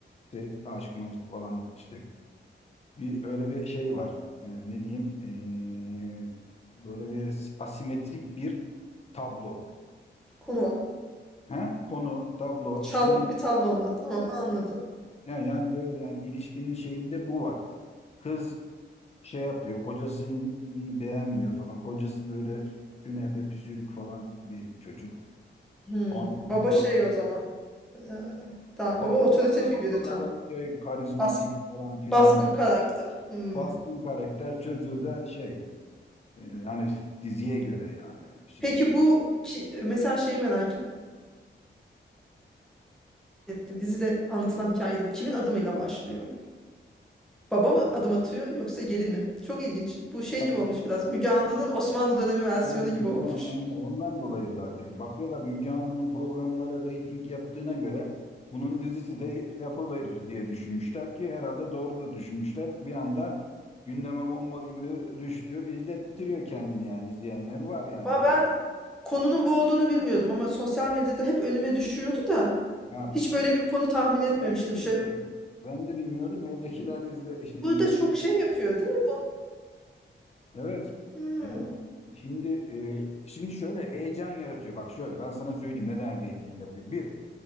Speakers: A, on the left; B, in the centre.
A: şey, aşk maşk falan işte bir öyle bir şey var. Ee, ne diyeyim? Ee, böyle bir asimetrik bir tablo.
B: Konu var.
A: Ha? Konu, tablo.
B: Çarpık
A: Şimdi
B: bir tablo var. Tamam anladım.
A: yani, yani böyle yani ilişkinin şeyinde bu var. Kız şey yapıyor, kocasını beğenmiyor falan. Kocası böyle sünepe püsürük falan bir çocuk.
B: Hmm.
A: Ondan
B: Baba
A: sonra
B: şey o zaman. Ee, da,
A: baba
B: baba otorite
A: da ha,
B: figürü
A: baba böyle
B: tam.
A: şey karizmatik
B: Baskın,
A: falan filan
B: baskın karakter. Hmm.
A: baskın karakter çocuğu da şey e, hani diziye göre yani şey,
B: Peki bu ki- mesela şeyi merak ettim. Dizide anlatılan hikayede bu kimin adımıyla başlıyor? Baba mı adım atıyor yoksa gelin mi? Çok ilginç. Bu şey
A: Tartılırsın.
B: gibi olmuş biraz. Müge Anlı'nın Osmanlı dönemi versiyonu
A: Hem
B: gibi
A: Müge
B: olmuş.
A: Anlı- Anlı- ondan dolayı zaten. Bakıyorlar Müge Anlı'nın programları reyting yaptığına göre bunun dizisi de yapıverir diye düşünmüşler ki herhalde doğru da düşünmüşler. Bir anda gündeme bomba gibi düştü. İzlettiriyor kendini yani izleyenler var yani
B: Ama
A: epey.
B: ben konunun bu olduğunu bilmiyordum ama sosyal medyada hep önüme düşüyordu da
A: Ha,
B: hiç böyle bir konu tahmin etmemiştim.
A: ben de bilmiyordum.
B: Şey,
A: Ben de bilmiyordum. Evdekiler izle, <laughs> izledi.
B: burada çok şey yapıyor değil mi bu?
A: Evet.
B: Hmm.
A: Yani şimdi e, şimdi şöyle heyecan yaratıyor. Bak şöyle ben sana söyleyeyim neden reyting yapıyor. Bir,